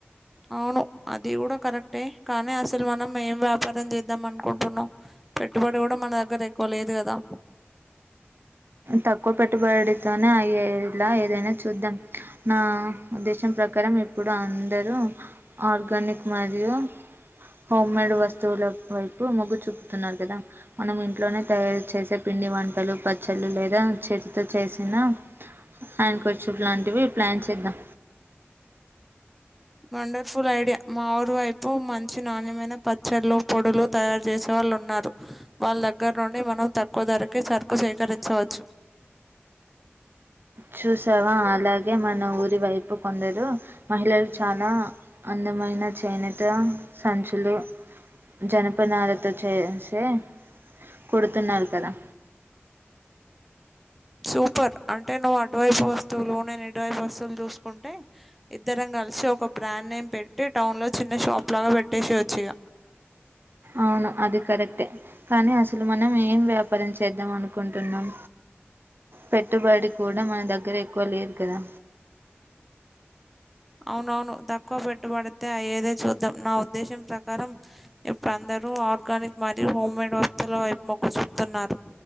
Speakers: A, in the centre; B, on the right.
A: అవును అది కూడా కరెక్టే కానీ అసలు మనం ఏం వ్యాపారం చే ద్దాం అనుకుంటున్నవ్ పెట్టుబడి కూడా మన దగ్గర ఎక్కువ లేదు కదా
B: తక్కువ పెట్టుబడితోనే అయ్యేలా ఏదైనా చూద్దాం నా ఉద్దేశం ప్రకారం ఇప్పుడు అందరూ ఆర్గానిక్ మరియు హోమ్ మేడ్ వస్తువుల వైపు మొగ్గు చూపుతున్నారు కదా మనం ఇంట్లోనే తయారు చేసే పిం నీ వంటలు పద్ చల్లు లేదా చేతితో చేసిన హ్యాండ్ కర్చీఫ్ లాంటివి ప్లాన్ చేద్దాం
A: వండర్ఫుల్ ఐడియా మా ఊరు వైపు మంచి నాణ్యమైన పచ్చళ్ళు పొడులు తయారు చేసే వాళ్ళు ఉం వాళ్ళ దగ్గర నుండి మనం తక్కువ ధరకే సరుకు సేకరించవచ్చు
B: చూసావా అలాగే మన ఊరి వైపు కొందరు మహిళలు చాలా అన్ అందమైన చేనేత సంచులు జనపనాలతో చేసే కుడుతున్నారు కదా
A: సూపర్ అంటే నువ్వు అటువైపు వస్తువులు నేను ఇటువైపు వస్తువులు చూసుకుంటే ఇద్దరం కలిసి ఒక బ్రాండ్ నేమ్ పెట్టి టౌన్ లో చిన్న షాప్ లాగా పెట్టేసి వచ్చి ఇగ
B: అవును అది కరెక్టే కానీ అసలు మనం ఏం వ్యాపారం చేద్దాం అనుకుంటున్నాం పెట్టుబడి కూడా మన దగ్గర ఎక్కువ లేదు కదా
A: అవునవును తక్కువ పెట్టుబడితే అయ్యేదే చూద్దాం నా ఉద్దేశం ప్రకారం ఇప్పుడు అంద అందరూ ఆర్గానిక్ మరి హోమ్ మేడ్ వస్తువుల వైపు మొగ్గు చూపుతున్నారు